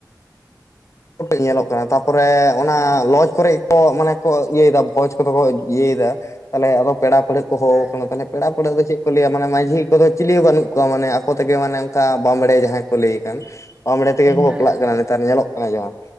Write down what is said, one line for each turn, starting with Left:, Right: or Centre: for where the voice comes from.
Left: ᱧᱮᱞᱚᱜ ᱠᱟᱱᱟ, ᱛᱟᱨᱯᱚᱨᱮ‌ ᱚᱱᱟ
Right: ᱦᱮᱸ
Left: ᱞᱚᱡᱽ ᱠᱚᱨᱮ ᱠᱚ ᱢᱟᱱᱮ ᱠᱚ ᱤᱭᱟᱹᱭᱮᱫᱟ ᱵᱷᱚᱡᱽ ᱠᱚᱼᱫᱚ ᱠᱚ ᱤᱭᱟᱹᱭᱮᱫᱟ ᱛᱟᱦᱚᱞᱮ, ᱟᱫᱚ ᱯᱮᱲᱟ ᱯᱟᱹᱲᱦᱟᱹᱜ ᱠᱚ ᱦᱚᱸᱦᱚᱸ
Right: ᱦᱮᱸ
Left: ᱟᱠᱟᱱᱟ ᱛᱮ ᱯᱮᱲᱟ ᱯᱟᱸᱲᱦᱟᱹᱜ ᱫᱚ ᱪᱮᱫ ᱠᱚ ᱞᱟᱹᱭᱟ, ᱢᱟᱱᱮ ᱢᱟᱺᱡᱷᱤ ᱠᱚᱼᱫᱚ ᱪᱩᱞᱤ ᱦᱚᱸ ᱵᱟᱹᱱᱩᱜ ᱠᱚᱣᱟ᱾ ᱢᱟᱱᱮ ᱟᱠᱚ ᱛᱮᱜᱮ ᱢᱟᱱᱮ ᱚᱱᱠᱟ ᱵᱟᱢᱵᱽᱲᱮ ᱡᱟᱸᱦᱟᱭ ᱠᱚ ᱞᱟᱹᱭ ᱠᱟᱱ᱾ ᱟᱢᱲᱮᱸ ᱨᱮᱜᱮ ᱠᱚ ᱵᱟᱯᱞᱟᱜ
Right: ᱦᱮᱸ ᱦᱮᱸ ᱦᱮᱸ
Left: ᱠᱟᱱᱟ᱾ ᱱᱮᱛᱟᱨ ᱧᱮᱞᱚᱜ ᱠᱟᱱᱟ ᱡᱟᱹᱦᱟ,